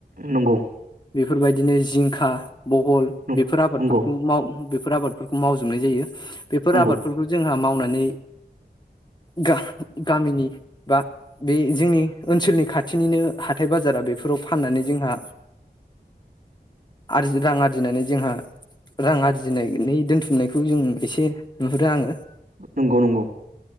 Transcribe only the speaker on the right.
नंगौ।
नंगौ
नंगौ
नंगौ
ओ नंगौ नंगौ।